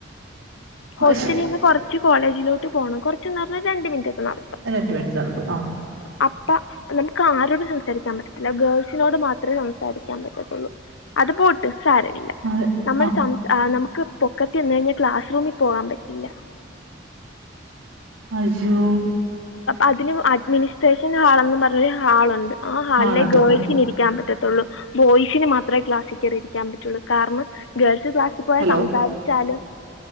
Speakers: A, on the left (about 70°); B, on the right (about 85°).
A: ഹോസ്റ്റലിന്ന്
B: അശ്
A: കൊറച്ച് കോളേജിലോട്ട് പോണം കൊർച്ന്ന് പറഞ്ഞ രണ്ട് മിനിറ്റ്ക്കന്ന
B: രണ്ട്മിന്റ്സ് നടക്കും ആഹ്
A: അപ്പ നമുക്കാരോടും സംസാരിക്കാൻ പറ്റത്തില്ല ഗേൾസിനോട് മാത്രേ സംസാരിക്കാൻ പറ്റത്തൊള്ളു അത് പോട്ട് സാരമില്ല
B: അതെ.
A: നമ്മള്‌
B: ആ,
A: സംസാ ആഹ് നമ്മ ക്ക് പൊക്കത്തി നിന്ന് കഴിഞ്ഞാൽ ക്ലാസ് റൂമി പോവാൻ പറ്റില്ല
B: യിജോ
A: അതിനു അഡ്മിനിസ്ട്രേഷൻ ഹാൾന്ന് പറഞ്ഞൊരു ഹാൾ ഒണ്ട് ആ് അല്ലേ
B: ആളുണ്ട്.
A: ഗേൾസിന്
B: ആ,
A: ഇരിക്കാൻ പറ്റെത്തുള്ളൂ ബോയ്സിന് മാത്രമേ ക്ലാസ്സിൽ കേറിയിരിക്കാൻ പറ്റുള്ളൂ കാരണം ഗേൾസ് ച്ച് ക്ലാസ്സി പോയാൽ
B: ഹലോ?
A: സംസാരിച്ചാലോ